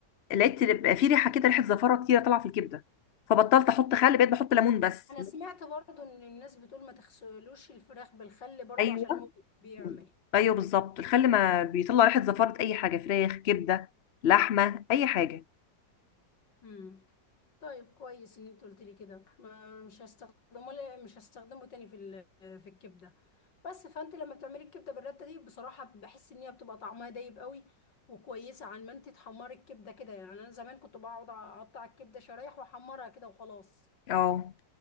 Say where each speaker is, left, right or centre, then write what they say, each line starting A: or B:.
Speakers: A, on the left; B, on the left.
A: لقيت بقى في ريحة كده ريحة زفارة كتيرة طالعة في الكبدة فبطلت أحط خل بقيت بحط ليمون بس
B: انا سمعت برضو ان الناس بتقول ما تغسلوش الفراخ بالخل برضو
A: أيوه
B: عشان هو بيعمل
A: مم. ايوه بالظبط الخل ما بيطلع ريحه زفاره اي حاجه فراخ كبده لحمه اي حاجه
B: امم طيب كويس ان انت قلت لي كده ما مش هستخدمه لا مش هستخدمه تاني في ال- في الكبده بس فانت لما بتعملي الكبده بالرده دي بصراحه بحس ان هي بتبقى طعمها دايب قوي وكويسه عن ما انت تحمري الكبده كده يعني انا زمان كنت بقعد اقطع الكبده شرايح واحمرها كده وخلاص
A: اه